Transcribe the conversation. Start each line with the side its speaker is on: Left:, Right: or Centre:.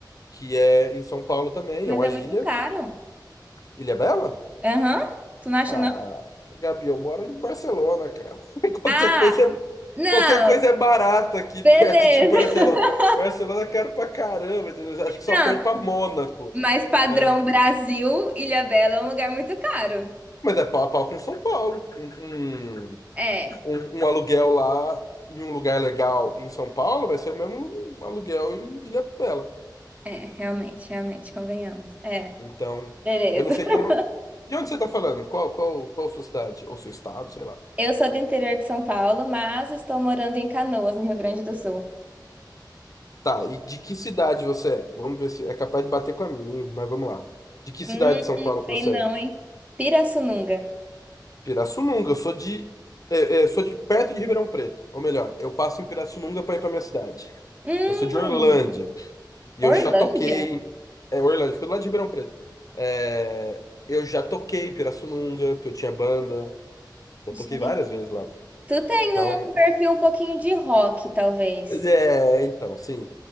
Left: que é em São Paulo também,
Right: Mas
Left: é uma
Right: é
Left: ilha.
Right: muito caro.
Left: Ilhabela?
Right: Aham. Tu não acha,
Left: Ah,
Right: não?
Left: Gabi, eu moro em Barcelona, cara. <laughs> Qualquer
Right: Ah,
Left: coisa é,
Right: não.
Left: qualquer coisa é barata aqui
Right: Beleza.
Left: perto de Barcelona.
Right: <laughs>
Left: Barcelona é caro pra caramba, entendeu? Acho que só
Right: Não,
Left: perto pra Mônaco.
Right: mas padrão
Left: É,
Right: Brasil, Ilhabela é um lugar muito caro.
Left: Mas é pau a pau com São Paulo. Um, um,
Right: É.
Left: um- um aluguel lá em um lugar legal em São Paulo vai ser o mesmo aluguel em Ilhabela.
Right: É, realmente, realmente, convenhamos. É,
Left: Então,
Right: beleza.
Left: eu não sei
Right: <laughs>
Left: de onde, de onde você está falando, qual, qual, qual sua cidade, ou seu estado, sei lá.
Right: Eu sou do interior de São Paulo, mas estou morando em Canoas, no Rio Grande do Sul.
Left: Tá, e de que cidade você é? Vamos ver se é capaz de bater com a minha, mas vamos lá. De que
Right: Hum,
Left: cidade de São Paulo que você
Right: sei não,
Left: é?
Right: hein? Pirassununga.
Left: Pirassununga, eu sou de, é, é, sou de perto de Ribeirão Preto, ou melhor, eu passo em Pirassununga para ir para minha cidade.
Right: Hum,
Left: Eu sou de Orlândia, e
Right: Orlândia?
Left: eu já toquei, em- é, Orlândia, fica do lado de Ribeirão Preto. É, eu já toquei em Pirassununga, porque eu tinha banda, eu
Right: Gente,
Left: toquei várias vezes lá.
Right: Tu tem
Left: Então,
Right: um perfil um pouquinho de rock, talvez.
Left: é, então, sim.